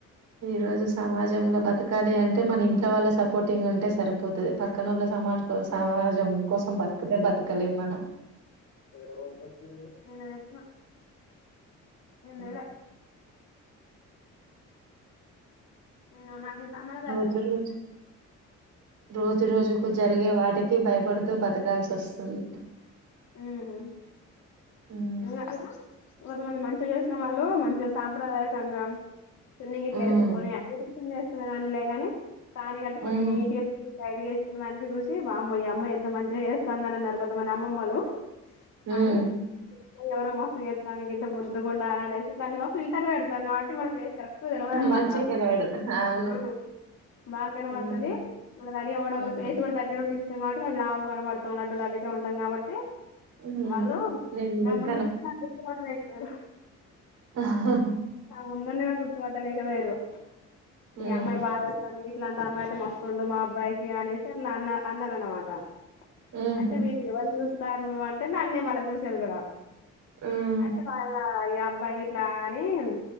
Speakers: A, on the right; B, on the left.
A: ఈ రోజు సమాజంలో బతకాలి అంటే మన ఇంట్లో వాళ్ళ సపోర్టింగ్ ఉంటే సరిపోతది పక్కనోళ్ల సమా సమాజం కోసం బతికతే బతకలేం మనం
B: ఏడ పోయి తెచ్చిర్రు నేనెతెచ్చిన నేన్
A: హ్మ్.
B: తేలే నిన్న నాకిస్ అమ్మనె సరిపోయింది
A: రోజు రోజు రోజు రోజుకు జరిగే వాటికి భయపడుతూ బతకాల్సి అస్తుంది
B: ఉమ్
A: హ్మ్.
B: లాల కొంత మంది మంచిగా చేసిన వాళ్ళు మంచిగా సాంప్రదాయకంగా చున్నీ గిట్ల
A: హ్మ్.
B: వేసుకొని అ చున్ని వేసుకున్నావ్ అనిలేగాని సారీ కట్టుకొని
A: హ్మ్.
B: నీట్ గా జుట్టు సైడ్ కేసు వేసుకున్న దానికి చూసి వామ్మో ఈ అమ్మాయి ఎంత మంచిగా చేస్తంది అని అన్నారు కొంత మంది అమ్మమ్మలు
A: ఉమ్
B: కానీ ఎవరో మస్తుగ ఎత్తాంది గింత ముద్దుగున్న అనేసి దాంట్లో ఫిల్టర్ పెడతాం కాబట్టి మనం ఫేస్ కరెక్ట్ తెల్వదన్నమాట
A: మంచి కునోడు అవును.
B: ఆ బాగా కనవడతది
A: హ్మ్.
B: మల్ల రెడీ అవడం
A: హ్మ్.
B: కూడా ఫేస్ కూడా దగ్గర నుండి తీస్తే కొంచెం లావు కనబడుతాం లడ్డు లడ్డు ఉంటాం కాబట్టి
A: హ్మ్.
B: వాళ్ళు
A: లెందుకు
B: నా ముందు కూర్చోడానికి ఇష్టపడలేక పోయారు
A: ఆ హా హా
B: ముందున్నే గుర్తుపట్టలేక పోయిండ్రు
A: హ్మ్.
B: ఈ అమ్మాయి బాగాస్తానికి ఇట్లాంటి అమ్మాయితే మస్తుండు మా అబ్బాయికి అనేసి అట్లా అన్న అన్నారన్నమాట
A: హుహు.
B: అంటే మీరు ఎవర్ని చూసి వస్తారు అంటే నన్నే మళ్ళా చూసేది కూడా
A: హ్మ్.
B: అంటే వాళ్ళ ఇగా బోట్ల అనీ ఉమ్